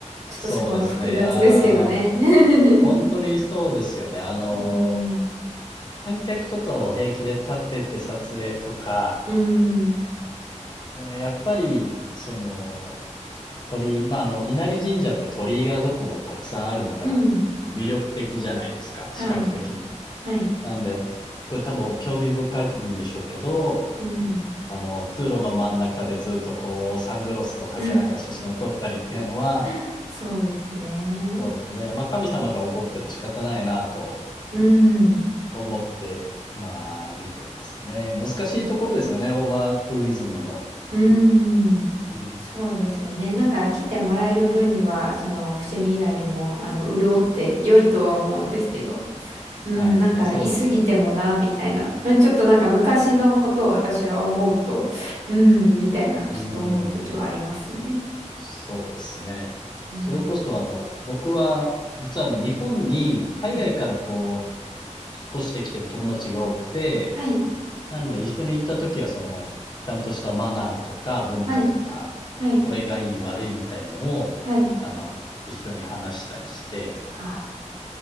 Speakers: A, on the right (about 65°); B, on the left (about 35°).
A: ちょっとそこは複雑ですけどね。
B: そうですね、いやー、
A: <laughs>
B: ほんにそうですよね。あの
A: うん、
B: 観客とかを平気で立てて撮影とか、
A: うん、
B: えーやっぱり、その、鳥居、まあ、あの、稲荷神社って鳥居がどこもたくさんあるのがこう魅力的じゃないですか、
A: うん、はい、
B: 視覚的に。
A: はい、
B: なんで、すごい多分興味深いんでしょうけど、
A: うん。
B: あの、通路の真ん中でずっとこう、サングラスをかけながら写真を撮ったりっていうのは、
A: <laughs> <laughs> そうですね。
B: そうですね。まあ、神様が怒っても仕方ないなと
A: うん。
B: 思って、まあ、見てますね。難しいところですよね、
A: そうですね。
B: オーバーツーリズムの。
A: うん。
B: うん
A: そうですよね。なんか来てもらえる分には、その伏見稲荷も、あの、潤って良いとは思うんですけど。うん、
B: はい。
A: なんか居すぎてもな、
B: いや、そうですよね。
A: みたいな。うん、ちょっとなんか昔のことを私は思うと、うん、みたいな、
B: うーん。
A: ちょっと思う時はありますね。
B: そうですね。
A: うん。
B: それこそあの、僕は、実はあの、日本に海外からこ
A: うん。
B: う、引っ越してきてる友達が多くて、
A: はい。
B: なんで一緒に行った時はその、ちゃんとしたマナーとか文化とか、
A: はい。はい。
B: これがいい悪いみたいのを、
A: はい。
B: あの、一緒に話したりして、
A: あ、